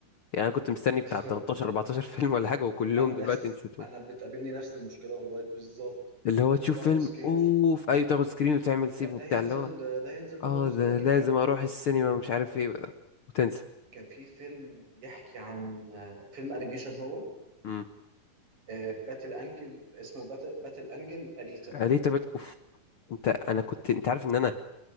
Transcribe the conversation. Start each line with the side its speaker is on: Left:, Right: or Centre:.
Left: يعني أنا كنت مستني بتاع
Right: <laughs>
Left: 13 14 <laughs> فيلم ولا حاجة وكلهم
Right: انا
Left: دلوقتي
Right: نفس
Left: نسيتهم
Right: انا بتقابلني نفس المشكله والله بالظبط
Left: اللي هو تشوف
Right: وباخد
Left: فيلم
Right: سكرين
Left: أوف
Right: ش-
Left: أيوة تاخد سكرين وتعمل سيف
Right: ده,
Left: وبتاع
Right: ده هينزل
Left: اللي هو
Right: ده هينزل منه
Left: أه
Right: جزء
Left: ده
Right: تاني
Left: لازم
Right: بجد
Left: أروح السينما ومش عارف إيه وتنسى
Right: كان في فيلم بيحكي عن آه، فيلم انيميشن هو
Left: امم
Right: آه، باتل انكل اسمه باتل, باتل انجل اليتا
Left: ليه تبت أوف أنت أنا كنت أنت عارف إن أنا